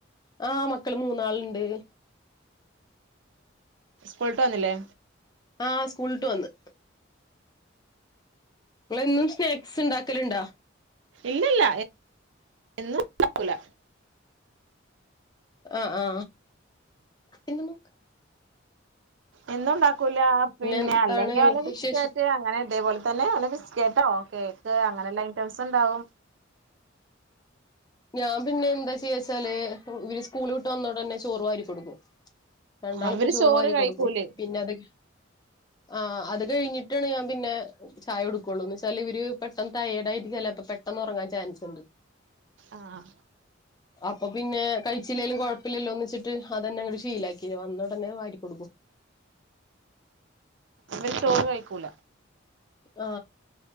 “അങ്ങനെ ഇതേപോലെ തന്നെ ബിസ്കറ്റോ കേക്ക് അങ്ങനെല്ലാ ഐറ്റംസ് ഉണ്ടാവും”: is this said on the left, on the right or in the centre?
Right